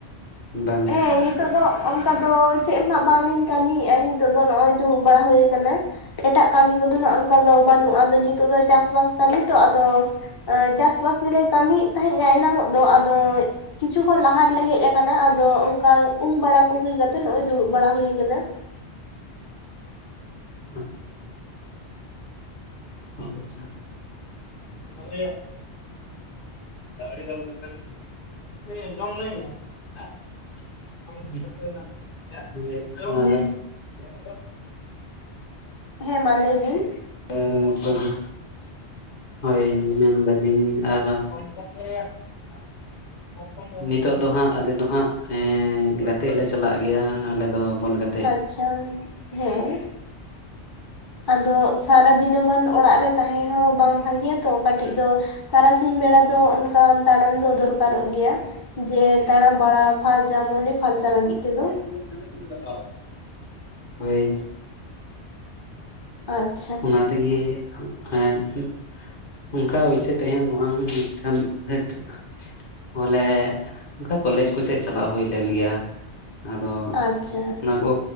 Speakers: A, on the left; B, on the left.
A: ᱵᱟᱝ?
B: ᱦᱮᱸ ᱱᱤᱛᱚᱜ ᱫᱚ ᱚᱱᱠᱟ ᱫᱚ ᱪᱮᱫ ᱦᱚᱱᱟᱜ ᱵᱟᱝ ᱞᱤᱧ ᱠᱟᱹᱢᱤᱭᱮᱫᱼᱟ, ᱱᱤᱛᱚᱜ ᱫᱚ ᱱᱚᱜᱼᱚᱭ ᱫᱩᱲᱩᱵ ᱵᱟᱲᱟ ᱦᱩᱭ ᱟᱠᱟᱱᱟ᱾ ᱮᱴᱟᱜ ᱠᱟᱹᱢᱤ ᱠᱚᱫᱚᱹ ᱟᱸᱜ ᱚᱱᱠᱟ ᱫᱚ ᱵᱟᱹᱱᱩᱜᱼᱟ ᱟᱫᱚ ᱱᱤᱛᱳᱜ ᱫᱚ ᱪᱟᱥᱵᱟᱥ ᱠᱟᱹᱢᱤ ᱛᱚ ᱟᱫᱚ ᱮᱻ ᱪᱟᱥᱵᱟᱥ ᱜᱮᱞᱮ ᱠᱟᱹᱢᱤᱭᱮᱜ ᱛᱟᱦᱮᱸᱜᱼᱟ ᱮᱱᱟᱝ ᱚᱜ ᱫᱚ ᱟᱫᱚ ᱠᱤᱪᱷᱩ ᱠᱷᱚᱱ ᱞᱟᱦᱟ ᱨᱮᱞᱮ ᱦᱮᱡ ᱟᱠᱟᱱᱟ ᱟᱫᱚ ᱚᱱᱠᱟ ᱩᱢ ᱵᱟᱲᱟ ᱠᱚ ᱦᱩᱭ ᱠᱟᱛᱮᱜ ᱱᱚᱜᱚᱹᱭ ᱫᱩᱲᱩᱵ ᱵᱟᱲᱟ ᱦᱩᱭ ᱟᱠᱟᱱᱟ᱾
A: ᱚᱻ ᱚᱻ ᱟᱪᱪᱷᱟ <unintelligible> <unintelligible> <unintelligible>
B: ᱦᱮᱸ ᱢᱟ ᱞᱟᱹᱭ ᱵᱤᱱ?
A: <unintelligible> ᱦᱳᱭ ᱢᱮᱱ ᱫᱟᱞᱤᱧ ᱟᱨ <unintelligible> ᱱᱤᱛᱚᱜ ᱫᱚ ᱦᱟᱸᱜ ᱟᱞᱮ ᱫᱚ ᱦᱟᱸᱜ ᱮᱜ ᱜᱟᱛᱮᱜ ᱞᱮ ᱪᱟᱞᱟᱜ ᱜᱮᱭᱟ ᱟᱞᱮ ᱫᱚ᱾ ᱟᱫᱚ ᱵᱚᱞ ᱜᱟᱛᱮᱜ᱾
B: ᱟᱪᱪᱷᱟ ᱦᱮᱸ ᱟᱫᱚ ᱥᱟᱨᱟ ᱫᱤᱱᱟᱹ ᱢᱟᱱ ᱚᱲᱟᱜ ᱨᱮ ᱛᱟᱦᱮᱸ ᱦᱚᱸ ᱵᱟᱝ ᱵᱷᱟᱜᱮᱭᱟ ᱛᱚ ᱠᱟᱹᱴᱤᱡ ᱫᱚ ᱛᱟᱨᱟᱥᱤᱧ ᱵᱮᱲᱟ ᱫᱚ ᱚᱱᱠᱟᱱ ᱫᱟᱬᱟᱱ ᱫᱚ ᱫᱚᱨᱠᱟᱨ᱾ ᱫᱚᱨᱠᱟᱨᱚᱜ ᱜᱮᱭᱟ ᱡᱮ ᱫᱟᱬᱟ ᱵᱟᱲᱟ ᱯᱷᱟᱨᱪᱟ ᱢᱚᱱᱮ ᱯᱷᱟᱨᱪᱟ ᱞᱟᱹᱜᱤᱫ ᱛᱮᱫᱚ᱾
A: <unintelligible> ᱦᱳᱭ᱾
B: ᱟᱪᱪᱷᱟ᱾
A: ᱚᱱᱟ ᱛᱮᱜᱮ ᱮᱜ ᱚᱱᱠᱟ ᱚᱭᱥᱟᱹ ᱛᱟᱦᱮᱸ ᱫᱚ ᱵᱟᱝ ᱢᱮᱱᱠᱷᱟᱱ <unintelligible> ᱵᱚᱞᱮ ᱚᱱᱠᱟ ᱠᱚᱞᱮᱡᱽ ᱠᱚᱥᱮᱫ ᱪᱟᱞᱟᱣ ᱦᱩᱭ ᱞᱮᱱ ᱜᱮᱭᱟ᱾ ᱟᱫᱚ
B: ᱟᱪᱪᱷᱟ
A: ᱚᱱᱟ ᱠᱚ